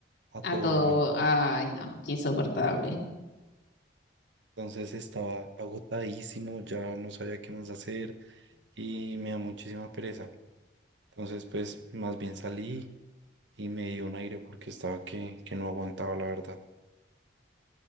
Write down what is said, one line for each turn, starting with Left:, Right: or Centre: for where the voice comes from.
Right: a todo
Left: A todo.
Right: volumen.
Left: Ay, no, qué insoportable.
Right: Entonces estaba agotadísimo, ya no sabía qué más hacer y me da muchísima pereza. Entonces pues más bien salí y me dio un aire porque estaba que, que no aguantaba la verdad.